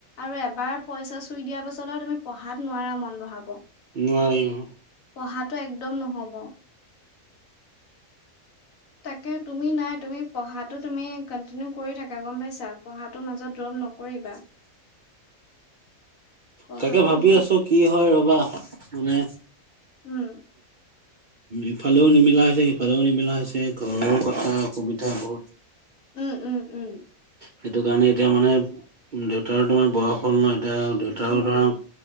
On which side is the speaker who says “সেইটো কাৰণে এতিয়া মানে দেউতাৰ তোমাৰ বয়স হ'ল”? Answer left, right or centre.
Right